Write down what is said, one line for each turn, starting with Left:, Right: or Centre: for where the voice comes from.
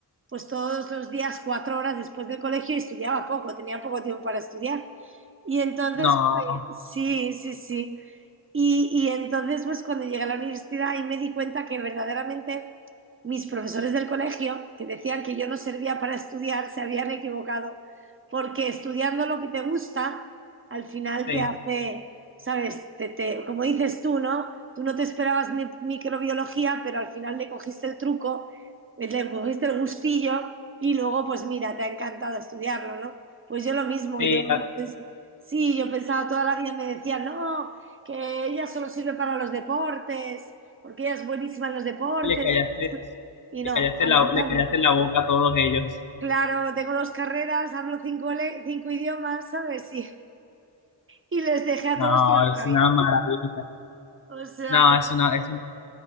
Right: pues todos los días cuatro horas después del colegio y estudiaba poco, tenía poco tiempo para estudiar. Y entonces,
Left: no,
Right: pues, sí, sí, sí. Y, y entonces, pues cuando llegué a la universidad ahí me di cuenta que verdaderamente mis profesores del colegio, que decían que yo no servía para estudiar, se habían equivocado, porque estudiando lo que te gusta, al final
Left: sí,
Right: te hace, ¿sabes? Te, te- como dices tú, ¿no? Tú no te esperabas mi- microbiología, pero al final le cogiste el truco, eh, le cogiste el gustillo y luego, pues mira, te ha encantado estudiarlo, ¿no? Pues yo lo mismo,
Left: sí,
Right: yo
Left: la-
Right: Sí, yo pensaba toda la vida, me decían, no, que ella solo sirve para los deportes, porque ella es buenísima en los deportes.
Left: le callaste,
Right: Y no,
Left: le callaste
Right: al
Left: la,
Right: final
Left: le callaste
Right: no.
Left: la boca a todos ellos.
Right: Claro, tengo dos carreras, hablo cinco, le- cinco idiomas, ¿sabes? Y, y les dejé a
Left: No,
Right: todos con la boca
Left: es
Right: abierta.
Left: una maravilla.
Right: O sea,
Left: No,
Right: que
Left: es una, es